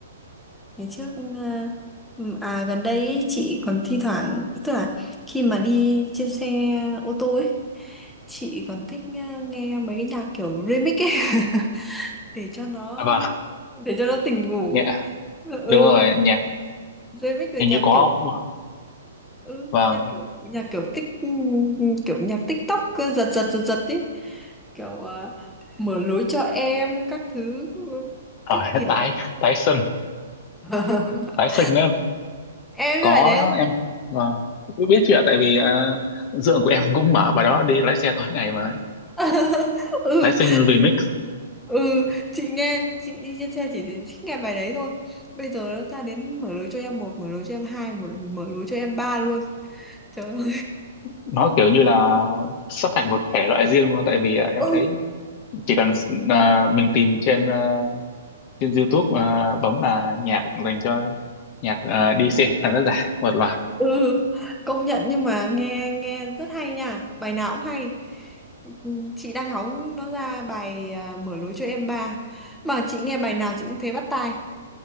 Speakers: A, in the centre; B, on the left.
A: Ngày trước ờ, à gần đây ý, chị còn thi thoảng tức là khi mà đi trên xe ô tô ấy chị còn thích ờ, nghe mấy cái nhạc kiểu remix ấy <laughs> để cho nó
B: à, vâng
A: để cho nó tỉnh ngủ
B: nhạc
A: ừ ừ,
B: đúng rồi nhạc
A: remix rồi
B: hình
A: nhạc
B: như có
A: kiểu
B: mà
A: ừ
B: vâng
A: nhạc kiểu nhạc kiểu tích kiểu nhạc TikTok cứ giật giật giật giật ấy kiểu ờ, mở lối cho em các thứ
B: ở
A: các
B: <laughs>
A: kiểu
B: tái tái sinh
A: <laughs>
B: tái sinh nữa
A: em
B: có
A: biết bài đấy không
B: em vâng biết chuyện tại vì ờ, dượng của em <laughs> cũng mở vào đó đi lái xe tối ngày mà
A: <laughs> ừ
B: tái sinh remix
A: ừ chị nghe chị đi trên xe chỉ thích nghe bài đấy thôi bây giờ nó ra đến mở lối cho em một mở lối cho em hai mở, mở lối cho em ba luôn trời ơi
B: nó kiểu như là sắp thành một thể loại riêng luôn tại vì à, em
A: ừ
B: thấy chỉ cần à, mình tìm trên à, trên YouTube à, bấm là nhạc dành cho nhạc à, đi xe <laughs> là nó ra một loạt
A: ừ công nhận nhưng mà nghe nghe rất hay nha bài nào cũng hay Ừ, chị đang hóng nó ra bài à, mở lối cho em ba mà chị nghe bài nào chị cũng thấy bắt tai